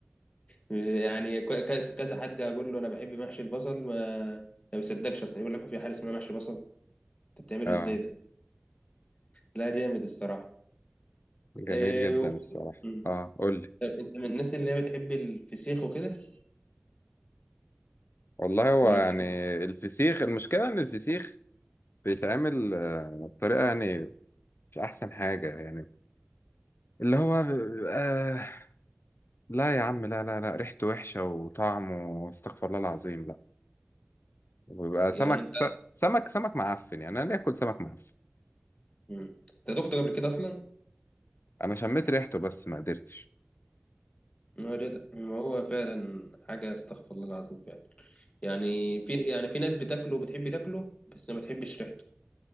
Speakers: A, on the left; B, on the left.
A: يعني ك- ك- كذا حد اقول له انا بحب محشي البصل ما ما بيصدقش اصلا يقول لك في حاجه اسمها محشي بصل انت بتعمله
B: اه
A: ازاي ده لا جامد الصراحه
B: جميل
A: إيه
B: جدا
A: و...
B: الصراحه
A: مم.
B: اه قول لي
A: انت من الناس اللي هي بتحب الفسيخ وكده
B: والله هو
A: ولا
B: يعني
A: بتحب
B: الفسيخ المشكله ان الفسيخ بيتعمل آه، بطريقه يعني مش احسن حاجه يعني اللي هو آه لا يا عم لا لا لا ريحته وحشه وطعمه استغفر الله العظيم لا وبيبقى سمك
A: إيه؟ يعني انت
B: س- سمك سمك معفن يعني انا ليه اكل سمك معفن
A: مم. انت دقت قبل كده اصلا
B: انا شميت ريحته بس ما قدرتش
A: ما هو جدع ما هو فعلا حاجه استغفر الله العظيم فعلا يعني في يعني في ناس بتاكله بتحب تاكله بس ما بتحبش ريحته